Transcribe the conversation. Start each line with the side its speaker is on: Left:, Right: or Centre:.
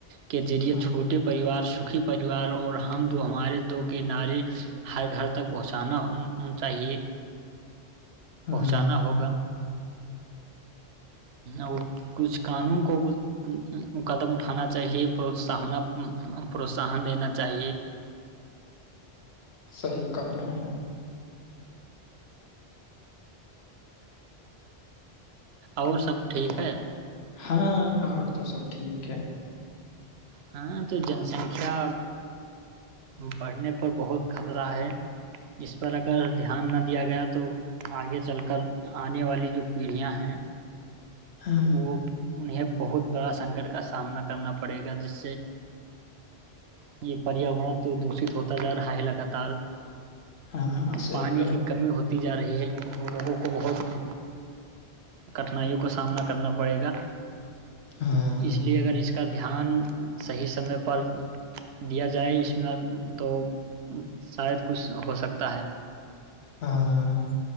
Right: کے ذریعے
Left: ہاں
Right: چھوٹے پریوار سکھی پریوار اور ہم ہمارے دو کے نعرے ہر گھر تک پہنچانا چاہیے
Left: ہاں
Right: پہنچانا ہوگا اور کچھ قانون کو کچ قدم اٹھانا چاہیے پرنا پروتساہن دینا چاہیے
Left: صحیح کہ رہے ہیں
Right: اور سب ٹھیک ہے
Left: ہاں اور تو سب ٹھیک ہے
Right: ہاں تو جن سنکھیا بڑھنے پر بہت خطرہ ہے اس پر اگر دھیان نہ دیا گیا تو آگے چل کر آنے والی جو پیڑھیاں ہیں
Left: ہاں
Right: وہ انہیں بہت بڑا سنکٹ کا سامنا کرنا پڑے گا جس یہ پریاورن تو دشت ہوتا جا رہا ہے لگاتار
Left: ہاں صحیح
Right: پانی
Left: کہ
Right: کی کمی ہوتی تیجار ہییں ان لوگوں کو بہت کٹھنائیوں کا سامنا کرنا پڑے گا
Left: ہاں
Right: اس لیے اگر اس کا دھیان صحیح سمے پر دیا جائے اس میں تو شاید کچھ ہو سکتا ہے
Left: ہاں